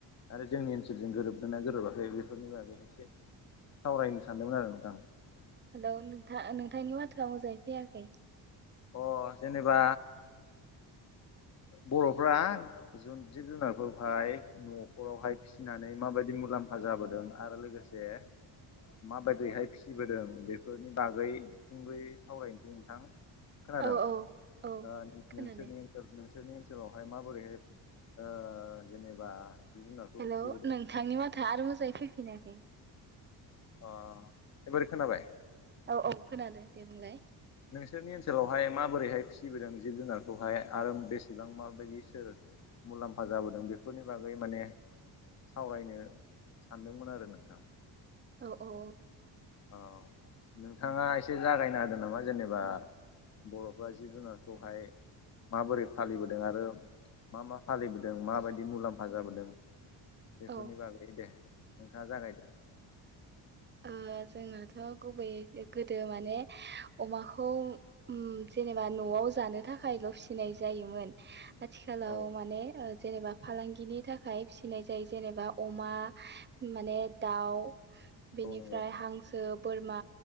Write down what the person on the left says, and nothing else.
आरो जोंनि ओनसोलजों गोरोबदोंना गोरोबाखै बेफोरनि बागै एसे सावरायनो सानदोंमोन आरो नोंथां
अ जेनेबा बर'फ्रा जिब जुनारफोरखौहाय न'खरावहाय फिसिनानै माबायदि मुलाम्फा जाबोदों आरो लोगोसे माबायदियैहाय फिसिबोदों बेफोरनि बागै सुंद'यै सावरायनोसै नोंथां। खोनादों
ओ
नोंसोरनि नोंसोरनि ओनसोलावहाय माबोरैहाय ओ जेनेबा जिब जुनारखौ
फिसिबोदों
अ एबारै खोनाबाय?
नोंसोरनि ओनसोलावहाय माबोरैहाय फिसिबोदों जिब-जुनारखौहाय आरो बेसेबां माबायदि सोर मुलाम्फा जाबोदों बेफोरनि बागै माने सावरायनो सानदोंमोन आरो नोंथां।
औ नोंथाङा एसे जागायना होदों नामा जेनेबा बर'फ्रा जिब-जुनारखौहाय माबोरै फालिबोदों आरो मा मा फालिबोदों माबायदि मुलाम्फा जाबोदों बेफोरनि
बागै दे नोंथाङा जागायदो।
औ
औ नंगौ।